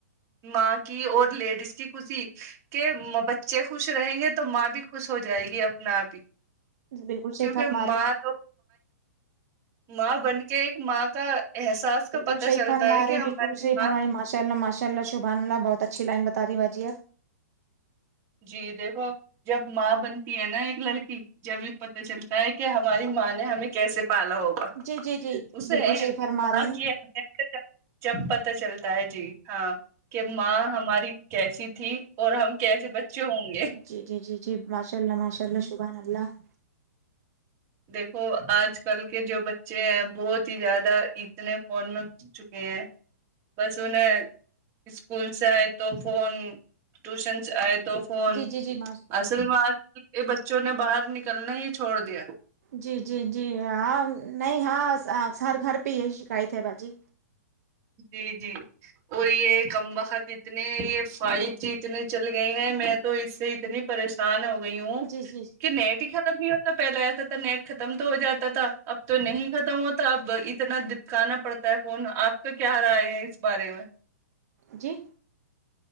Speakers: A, on the right (about 30°); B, on the right (about 60°).
A: ماں کی اور لیڈیز کی خوشی کہ بچے خوش رہیں گے تو ماں بھی خوش ہو جائے گی اپنا آپ ہی
B: بالکل
A: کیونکہ
B: صحیح فرما
A: ماں
B: رہی
A: تو ماں بن کے ایک ماں کا احساس کا
B: بالکل
A: پتہ
B: صحیح
A: چلتا
B: فرمارے
A: ہے کہ ہماری
B: بالکل صحیح
A: ماں
B: فرما رہے ہیں ماشاءاللہ ماشاءاللہ شبحان اللہ بہت ہی اچھی لائن بتا رہی باجی آپ
A: جی دیکھو جب ماں بنتی ہے نا ایک لڑکی جبھی پتہ چلتا ہے کہ ہماری ماں نے ہمیں کیسے پالا ہوگا
B: جی جی جی
A: اسے
B: بالکل
A: امیت
B: صحیح فرما
A: ماں
B: رہے
A: کی
B: ہیں
A: امیت جب پتہ چلتا ہے جی ہاں کہ ماں ہماری کیسی تھی اور ہم کیسے بچے ہوں گے
B: جی جی جی جی ماشاء اللہ ماشاء اللہ شبحان اللہ
A: دیکھو آج کل کے جو بچے ہیں بہت ہی زیادہ اتنے فون میں چکے ہیں بس انہیں اسکول سے آئے تو فون ٹوشن سے آئے تو تو فون
B: جی جی جی ماش
A: اصل میں آج کل کے بچوں نے باہر نکلنا ہی چھوڑ دیا
B: جی جی جی ہاں نہیں ہاں ہر گھر پہ یہی شکایت ہے باجی
A: جی جی اور یہ کم وخت اتنے یہ فائٹ جی اتنے چل گئے ہیں میں تو اس سے اتنی پریشان ہو گئی ہوں
B: جی جی
A: کہ نیٹ ہی ختم نہیں ہوتا پہلے ایسا تھا نیٹ ختم تو ہو جاتا تھا اب تو نہیں ختم ہوتا اب اتنا کہانا پڑتا ہے فون آپ کا کیا رائے ہے اس بارے میں
B: جی